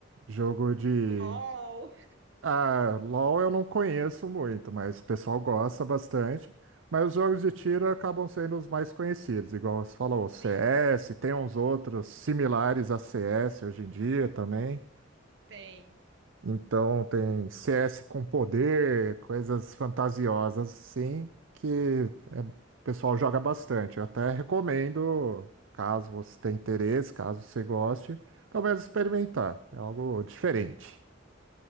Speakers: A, on the right; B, on the right.
A: jogo de.
B: LOL!
A: Ah, LoL eu não conheço muito, mas o pessoal gosta bastante. Mas os jogos de tiro acabam sendo os mais conhecidos, igual você falou, CS,
B: Sim,
A: tem uns outros similares a CS hoje em dia também.
B: tem.
A: Então tem CS com poder, coisas fantasiosas assim, que é, o pessoal joga bastante. Eu até recomendo, caso você tenha interesse, caso você goste, pelo menos experimentar. É algo diferente.